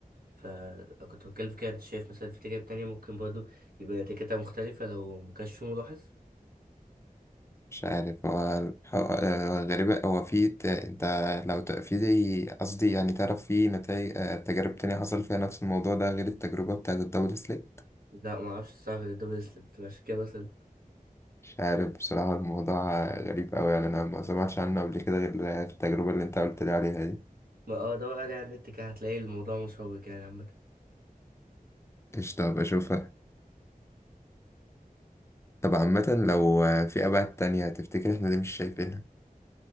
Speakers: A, on the right; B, on the left.
A: فكنت بتكلم في كده انت شايف مثلا في تجارب تانية ممكن برضو يبقى نتيجتها مختلفة لو مكانش في ملاحظ
B: مش عارف هو الح- آه، غريبة هو في ت- انت لو ت- في زي- قصدي يعني تعرف في نتائج تجارب تانية حصل فيها نفس الموضوع ده غير التجربة بتاعت الدبل سليك
A: لا معرفش الصراحة غير الدبل سليت عشان كده مثلا
B: مش عارف بصراحة الموضوع غريب أوي يعني أنا ما سمعتش عنه قبل كده غير التجربة اللي أنت قلت لي عليها دي
A: ما اه دور عليه على النت كده هتلاقي الموضوع مشوق يعني عامة
B: قشطة بشوفها طب عامة لو في أبعاد تانية تفتكر إحنا ليه مش شايفينها؟